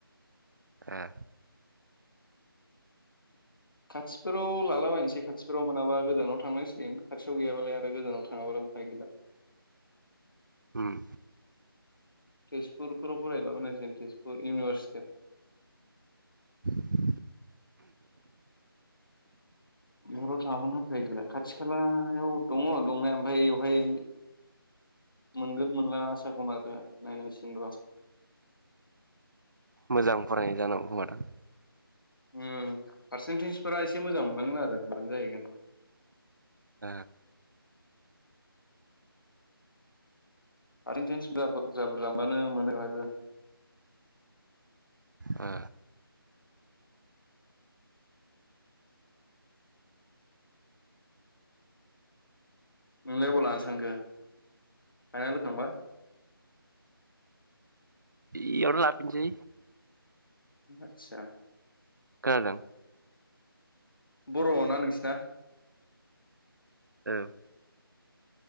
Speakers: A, on the right; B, on the left.
A: ए
B: खाथियाव फोराव लालाबायसै खाथि फोराव मोनाबा गोजानाव थांनांसिगोन खाथियाव गैयाबालाय आरो गोजानाव। थांङा बालाय उफाय गैला।
A: उम
B: तेजपुरफोराव फरायलाबोन आरो जों थ तेजपुर इउनिभारसिटि।
A: <inaudible>
B: बेहाव थांआबानो उफाय गैला खाथि खालायाव दङ दंनाय ओमफ्राय बेवहाय। मोनगोन मोनला आसा खम आरो नायनांसिनो रं
A: मोजां फरायनाय जानांगौ <inaudible>
B: उम पारसेन्टेजफोरा एसे मोजां मोननांगोन आरो मानो जाहैगोन
A: ए
B: फार्सेन्टन्स सुबिदा बुरजा बुरजा मोनबानो मोनोबाहायबो
A: ओ
B: नों लाइ आबाद लानो सानखो फाइनाल होखांबा।
A: बेयावनो लाफिनसै
B: आतसा
A: खोनादों
B: बरना नोंसोरना
A: औ